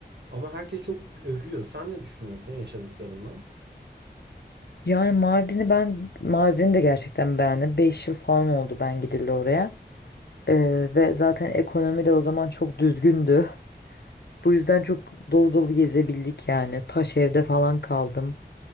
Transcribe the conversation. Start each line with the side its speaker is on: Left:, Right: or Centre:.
Right: Ama herkes çok övüyor. Sen ne düşünüyorsun yaşadıklarından?
Left: Yani Mardin'i ben Mardin'i de gerçekten beğendim. 5 yıl falan oldu ben gidildi oraya. Ee, ve zaten ekonomi de o zaman çok düzgündü. Bu yüzden çok dolu dolu gezebildik yani. Taş evde falan kaldım.